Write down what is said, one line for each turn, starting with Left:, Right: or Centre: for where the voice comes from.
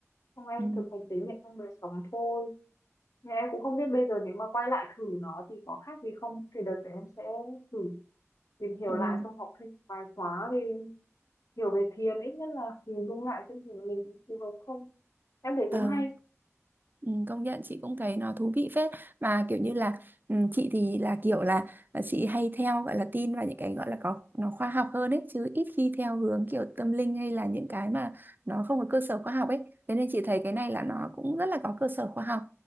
Left: xong em
Right: ừ,
Left: thực hành chánh niệm trong đời sống thôi nhưng em cũng không biết bây giờ nếu mà quay lại thử nó thì có khác gì không thì đợt đấy em sẽ thử tìm hiểu
Right: ừ.
Left: lại xong học thêm vài khóa về hiểu về thiền ít nhất là hình dung lại xem thử mình phù hợp không em thấy
Right: Ờ,
Left: cũng hay
Right: ừ, công nhận chị cũng thấy nó thú vị phết mà kiểu như là ừ, chị thì là kiểu là, là chị hay theo gọi là tin vào những cái gọi là có nó khoa học hơn ấy chứ ít khi theo hướng kiểu tâm linh hay là những cái mà nó không có cơ sở khoa học ấy thế nên chị thấy cái này là nó cũng rất là có cơ sở khoa học